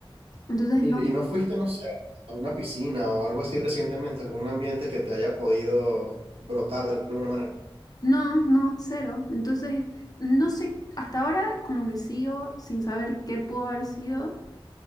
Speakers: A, on the left; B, on the right.
A: Entonces,
B: ¿Y,
A: no,
B: y no fuiste, no sé, a una piscina o algo así recientemente, algún ambiente que te haya podido brotar de alguna manera?
A: no, no, cero. Entonces, no sé, hasta ahora como que sigo sin saber qué pudo haber sido.